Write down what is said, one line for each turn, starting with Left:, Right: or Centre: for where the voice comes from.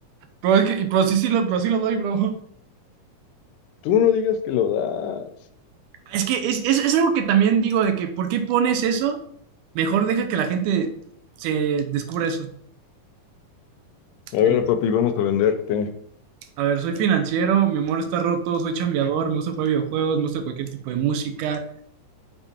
Right: Pero es que, y- pero sí, sí lo, pero sí lo doy, bro.
Left: Tú no digas que lo das.
Right: Es que es, es, es algo que también digo de que, ¿por qué pones eso? Mejor deja que la gente se descubra eso.
Left: A ver,
Right: Eh,
Left: papi, vamos a venderte.
Right: a ver, soy financiero, mi humor está roto, soy chambeador, me gusta jugar videojuegos, me gusta cualquier tipo de música,